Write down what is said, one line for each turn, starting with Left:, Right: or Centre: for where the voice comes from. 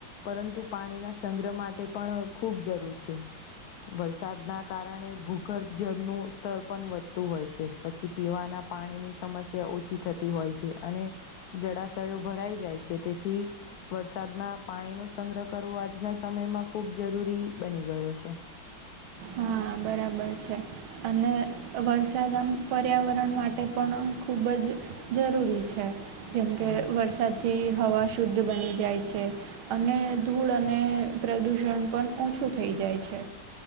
Left: પરંતુ પાણીના સંગ્રહ માટે પણ ખૂબ જરૂર છે વરસાદના કારણે ભૂગર્ભ જળનું સ્તર પણ વધતું હોય છે પછી પીવાના પાણીની સમસ્યા ઓછી થતી હોય છે અને જળાશયો ભરાઈ જાય છે તેથી વરસાદના પાણીનો સંગ્રહ કરવો આજના સમયમાં ખૂબ જરૂરી બની ગયો છે.
Right: હા બરાબર છે અને વરસાદ આમ પર્યાવરણ માટે પણ ખૂબ જ જરૂરી છેે, જેમકે
Left: હા
Right: વરસાદથી હવા શુદ્ધ બની જાય છે. અને ધૂળ અને પ્રદુષણ પણ ઓછું થઈ જાય છે.